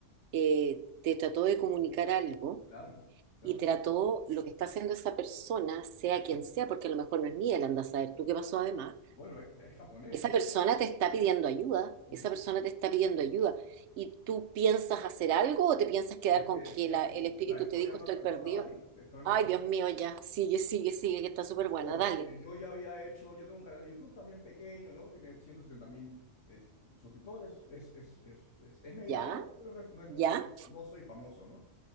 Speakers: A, on the right (about 70°); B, on the left (about 75°).
A: eh, te trató de comunicar algo
B: Claro, claro.
A: y trató lo que está haciendo esa persona, sea quien sea, porque a lo mejor no es ni él, anda a saber tú qué pasó además.
B: Bueno, es, es japonés.
A: Esa
B: Es,
A: persona
B: tiene
A: te
B: que
A: está
B: ser
A: pidiendo
B: él.
A: ayuda,
B: Ujú.
A: esa persona te está pidiendo ayuda. ¿Y tú piensas hacer algo o te piensas quedar
B: Es que,
A: con que
B: es
A: la-
B: que
A: el espíritu
B: la historia
A: te dijo
B: no,
A: estoy
B: aca-
A: perdido?
B: no acaba ahí. La historia no
A: Ay,
B: acaba
A: Dios
B: ahí.
A: mío, ya. Sigue, sigue, sigue, que está súper buena.
B: Porque
A: Dale.
B: yo ya había hecho, yo tengo un canal de YouTube también pequeño, ¿no? Tiene ciento setenta mil es- suscriptores. Es, es, es, es, es mediano,
A: Ya,
B: pero no es, no es
A: ya,
B: muy, no soy famoso, ¿no?